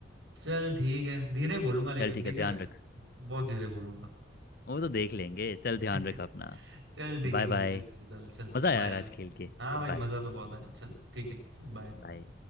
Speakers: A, on the right; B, on the left.
A: चल ठीक है धीरे बोलूंगा लेकिन
B: चल ठीक
A: ठीक
B: है ध्यान
A: है
B: रख
A: बहुत धीरे बोलूंगा
B: वो तो देख लेंगे चल
A: <laughs>
B: ध्यान रख अपना
A: चल ठीक
B: Bye
A: है मिलते
B: bye
A: हैं फिर कल चल
B: मज़ा आया
A: बाय
B: यार आज खेल के
A: हाँ
B: चल
A: भाई
B: बाय
A: मजा तो बहुत आया चल ठीक है चल बाय
B: बाय